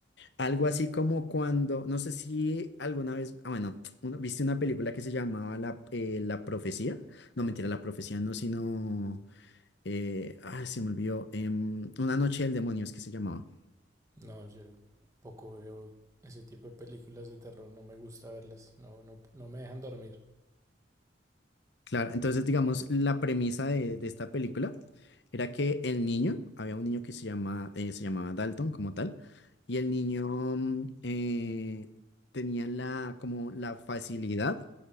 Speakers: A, on the left; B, on the right.
A: Algo así como cuando, no sé si alguna vez, ah, bueno, una- viste una película que se llamaba La, eh, La Profecía. No, mentira, La Profecía no, sino, eh, ah, se me olvidó, em, Una Noche del Demonio es que se llamaba.
B: No, yo poco veo ese tipo de películas de terror, no me gusta verlas, no, no, no me dejan dormir.
A: Claro, entonces digamos, la premisa de, de esta película era que el niño, había un niño que se llama, eh, se llamaba Dalton como tal, y el niño mm, eh, tenía la, como la facilidad